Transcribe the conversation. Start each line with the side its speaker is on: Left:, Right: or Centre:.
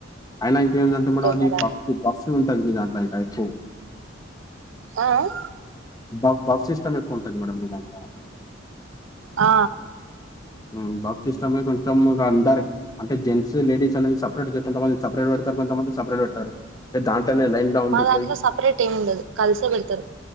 Left: అయినా ఇంకేందంట
Right: ఆ, ఉండవు
Left: మేడం అది
Right: మా దాంట్లో
Left: పఫ్ భాఫ్ట్స్ ఉంటది మీ దాంట్లో ఐతే ఎక్కువ
Right: ఆ.. ఆ
Left: బఫ్ బఫ్ సిస్టమ్ ఎక్కువ ఉంటంది మేడం మీదాంట్ల
Right: ఆ
Left: ఊ బఫ్ సిస్టమే కొంచెం ఇగ అందరి అంటే జెంట్సు లేడీస్ అనేది సపరేట్ గా కొంతమంది సపరేట్ పెడతారు కొంతమంది సపరేట్ పెట్టరు దాంట్లోనే లైన్ లో ఉండిపోయి
Right: మా దాంట్లో సపరేట్ ఏమి ఉండదు కలిసే పెడతారు